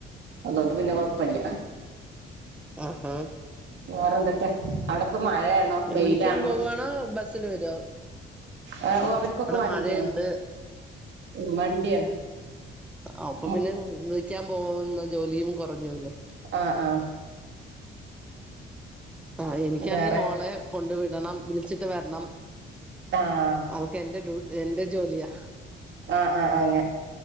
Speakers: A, on the right; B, in the centre.
A: അതുകൊണ്ട് പിന്നെ കൊഴപ്പല്ല.
B: ആഹ്
A: വേറെന്തൊക്കെ അവിടെപ്പ മഴയാണോ വെയിലാണോ
B: വിളിക്കാൻ പോവാണോ ബസില് വെരോ
A: ആഹ് ഓ അവർക്കൊക്കെ
B: അവിടെ
A: വണ്ടിയാണ്
B: മഴയുണ്ട്
A: ഉം വണ്ടിയാണ്
B: ആ അപ്പൊ
A: ഉം
B: പിന്നെ വിളിക്കാൻ പോകുന്ന ജോലിയും കുറഞ്ഞോളും
A: ആഹ് ആഹ്
B: ആഹ് എനികണീ
A: വേറെ
B: മോളെ കൊണ്ട് വിടണം വിളിച്ചിട്ട് വരണം.
A: ആഹ്
B: അവൾക്കേന്റെ ഡു എന്റെ ജോലിയാ
A: ആഹ് ആഹ് അങ